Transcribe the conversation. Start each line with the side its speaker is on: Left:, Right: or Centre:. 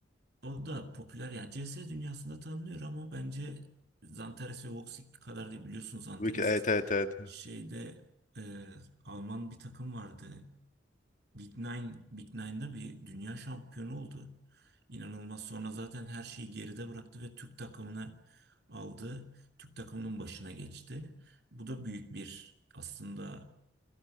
Right: o da popüler yani. CS dünyasında tanınıyor ama bence Zanteres ve Voxic kadar değil biliyorsunuz. Zanteres
Left: Büyük, evet evet evet.
Right: şeyde e, Alman bir takım vardı. Big Nine, Big Nine'da bir dünya şampiyonu oldu. İnanılmaz. Sonra zaten her şeyi geride bıraktı ve Türk takımını aldı. Türk takımının başına geçti. Bu da büyük bir aslında